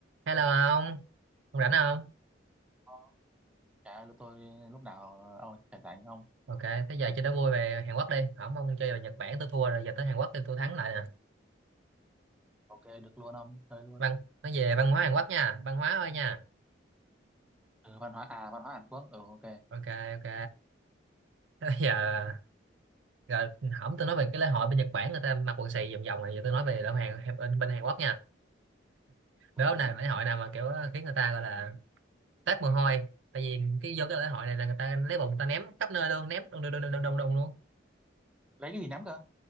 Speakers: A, on the right; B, in the centre.
A: Hello ông, ông rảnh không?
B: Ờ, Trời ơi, tôi lúc nào ờ, ông rảnh rảnh ông
A: Ok, thế giờ chơi đố vui về Hàn Quốc đi. Không, ông chơi về Nhật Bản tôi thua rồi, giờ tới Hàn Quốc thì tôi thắng lại nè.
B: ok được luôn ông chơi luôn
A: Văn, nói về văn hóa Hàn Quốc nha, văn hóa thôi nha.
B: ừ, văn hóa à văn hóa Hàn Quốc ừ ok
A: Ok, ok. Thế giờ, rồi hổng tôi nói về cái lễ hội bên Nhật Bản người ta mặc quần xì vòng vòng này, giờ tôi nói về lễ hội Hàn, bên, bên Hàn Quốc nha.
B: ừ,
A: Đố
B: ừ.
A: này lễ hội nào mà kiểu khiến người ta gọi là toát mồ hôi. Tại vì cái vô cái lễ hội này là người ta lấy bùn người ta ném khắp nơi luôn, ném đùng đùng đùng đùng đùng đùng luôn.
B: lấy cái gì nắm cơ